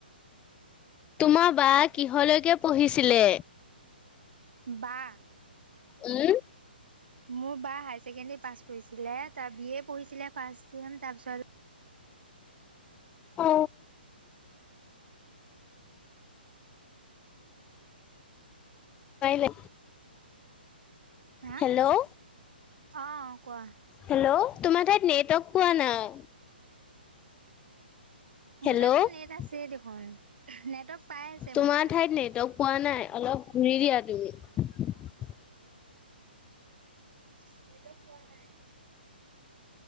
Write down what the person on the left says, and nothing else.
তোমাৰ বা কিহলৈকে পঢ়িছিলে?
উম
অ। কাইলে।
হেল্ল',
হেল্ল'। তোমাৰ ঠাইত নেটৱৰ্ক পোৱা নাই।
হেল্ল'
তোমাৰ
ঠাইত নেটৱৰ্ক পোৱা নাই। অলপ ঘূৰি দিয়া তুমি।